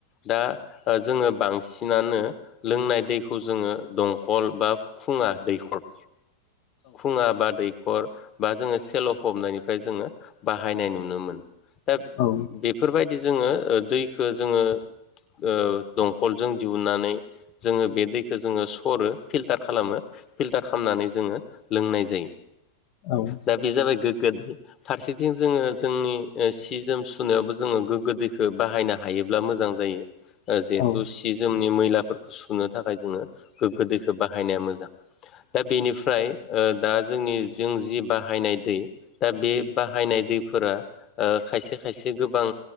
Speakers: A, on the left (about 30°); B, on the left (about 45°).
A: दा जोङो बांसिन बांसिनानो लोंनाय दैखौ जोङो दंखल बा खुङा दैखर खुङा बा दै खर बा जोङो सेल' फबनायनिफ्राय जोङो बाहायनाय नुनो मोनो। दा
B: औ
A: बेफोरबायदि जोङो दैखौ जोङो ओ दंखलजों दिहुननानै जोङो बे दैखौ जोङो सरो। फिल्टार खालामो फिल्टार खालामनानै जोङो लोंनाय जायो
B: औ
A: दा बे जाबाय गो ग्गो फारसेथिं जोङो जोंनि सि जोम सुनायावबो जोङो गोग्गो दै खौ बाहायनो हायोब्ला मोजां जेहेथु
B: औ
A: सि जोमनि मै लाफोरखौ सुनो थाखाय जोङो गोग्गो दैखौ बाहायनाया मोजां दा बेनिफ्राय ओ दा जोंनि जों जि बाहायनाय दै दा बे बाहायनाय दैफोरा ओ खायसे खायसे गोबां